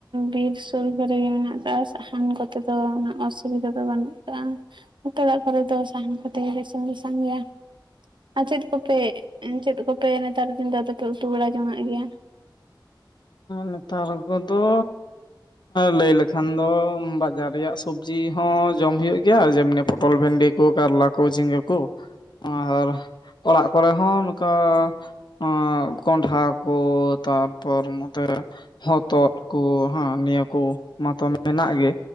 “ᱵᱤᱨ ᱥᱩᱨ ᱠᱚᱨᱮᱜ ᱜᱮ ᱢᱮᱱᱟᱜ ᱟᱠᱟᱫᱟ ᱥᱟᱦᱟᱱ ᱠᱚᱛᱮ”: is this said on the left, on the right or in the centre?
Right